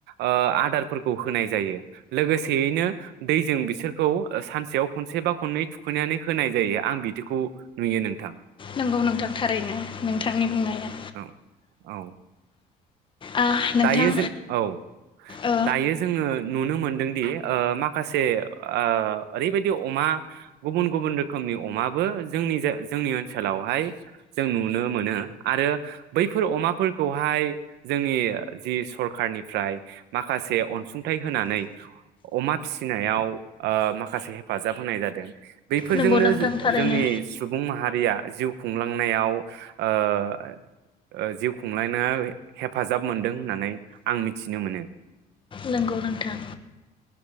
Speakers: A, on the right (about 80°); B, on the left (about 30°).
A: ओ आदारफोरखौ होनाय जायो लोगोसेयैनो दैजों बिसोरखौ ओ सानसेयाव खनसे बा खननै थुखैनानै होनाय जायो आं बिदिखौ नुयो नोंथां।
B: नंगौ नोंथां थारैनो नोंथांनि बुंनाया।
A: औ औ
B: आ नोंथां
A: दायो जों औ
B: ओ
A: दायो जोङो नुनो मोनदों दि ओ माखासे ओ ओरैबायदि अमा गुबुन गुबुन रोखोमनि अमाबो जोंनि जाय जोंनि ओनसोलावहाय जों नुनो मोनो आरो बैफोर अमाफोरखौहाय जोंनि जि सरखारारनिफ्राय माखासे अनसुंथाइ होनानै अमा फिसिनायाव ओ माखासे हेफाजाब होनाय जादों। बेफोरजोंनो
B: नंगौ नोंथां थारैनो
A: जोंनि सुबुं माहारिया जिउ खुंलांनायाव ओ जिउ खुंलायनाय हेफाजाब मोनदों होननानै आं मिथिनो मोनो।
B: नंगौ नोंथां।